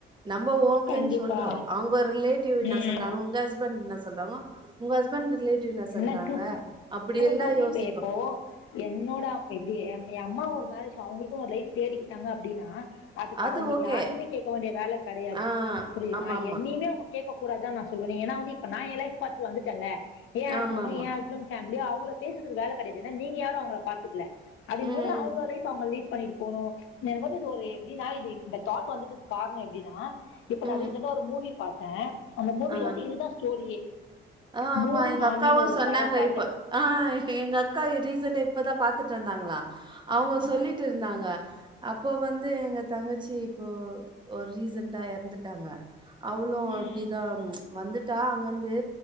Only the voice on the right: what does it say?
நம்போ ஓகேனு
சொல்றோ அவுங்க ஒரு ரிலேட்டிவ் என்னா
சொல்றாங்கோ உங்க ஹஸ்பண்ட் என்னா சொல்றாங்கோ உங்க ஹஸ்பண்ட் ரிலேட்டிவ் என்ன சொல்றாங்க
அப்டி
எல்லா
யோசிப்போ
அது
ஓகே.
ஆ
ஆமாமா.
ஆமாமா.
ம்,
ம்,
ம்.
ஆ.
ஆ ஆமா
எங்க
அக்காவு
சொன்னாங்க
இப்ப ஆ எங்க அக்கா ரீசண்டா இப்பதா பாத்துட்டு இருந்தாங்ளா அவுங்க
சொல்லிட்டு இருந்தாங்க அப்போ வந்து எங்க தங்கச்சி இப்போ ஒரு ரீசண்டா இறந்துட்டாங்க அவளு
அப்டிதா வந்துட்டா அங்கந்து